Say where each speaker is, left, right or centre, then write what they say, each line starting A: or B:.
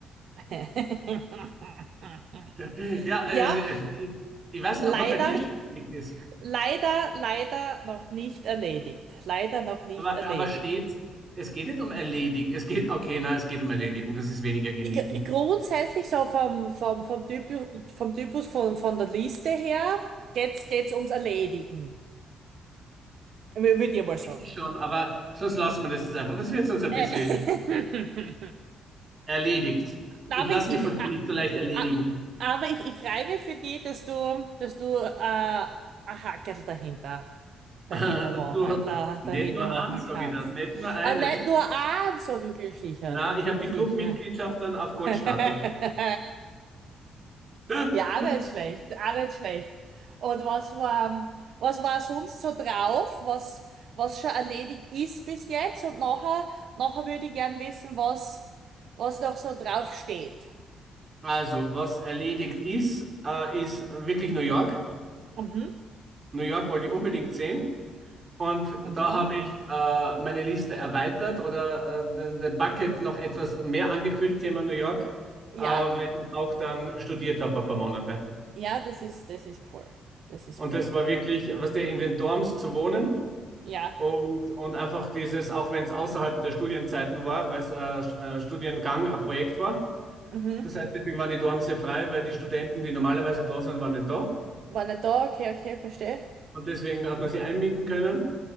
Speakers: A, on the right; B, on the right.
A: <laughs>
B: <laughs> Ja, also,
A: Ja,
B: ich, ich weiß nicht,
A: leider,
B: ob er bei dir ständig ist,
A: leider, leider noch nicht erledigt. Leider noch nicht
B: aber,
A: erledigt.
B: aber steht, es geht nicht um erledigen, es geht, okay, na, es geht um erledigen, das ist weniger genießen.
A: Gr- Grundsätzlich so vom, vom, vom Typus, vom Typus von, von der Liste her geht's, geht's ums Erledigen. Würde ich mal sagen.
B: schon, aber sonst lassen wir das jetzt einfach. Das wird sonst ein
A: Äh,
B: bisschen
A: <laughs>
B: erledigt.
A: Aber
B: Ich lasse
A: ich,
B: mich von
A: ich,
B: dir
A: a-
B: nicht so leicht erledigen.
A: a- aber ich, ich freue mich für dich, dass du, dass du äh, ein Hackerl dahinter, dahinter
B: <laughs>
A: machen,
B: Du,
A: da,
B: nicht
A: dahinter
B: nur
A: machen
B: eins, sage
A: kannst.
B: ich da, nicht nur eines.
A: Äh, nicht nur eins, so du Glücklicher,
B: Na,
A: du
B: ich
A: Glücklicher.
B: habe die Clubmitgliedschaft dann auf Goldstatus.
A: <laughs>
B: <laughs>
A: Ja, auch nicht schlecht, auch nicht schlecht. Und was war, was war sonst so drauf, was, was schon erledigt ist bis jetzt? Und nachher, nachher würde ich gern wissen, was, was noch so drauf steht.
B: Also, was erledigt ist, äh, ist wirklich New York.
A: Mhm,
B: New York wollte ich unbedingt sehen. Und da
A: mhm.
B: habe ich äh, meine Liste erweitert oder äh, den den Bucket noch etwas mehr angefüllt, Thema New York,
A: Ja,
B: äh, weil ich auch dann studiert habe ein paar Monate.
A: ja, das ist, das ist cool. Das ist
B: Und das
A: cool.
B: war wirklich, was der in den Dorms zu wohnen
A: Ja.
B: und, und einfach dieses, auch wenn es außerhalb der Studienzeiten war, weil es äh, Sch- äh, Studiengang, ein Projekt war.
A: Mhm.
B: Das heißt, deswegen waren die Dorms sehr frei, weil die Studenten, die normalerweise da sind, waren nicht da.
A: War nicht da, okay, okay, verstehe.
B: Und deswegen hat man sie einmieten können.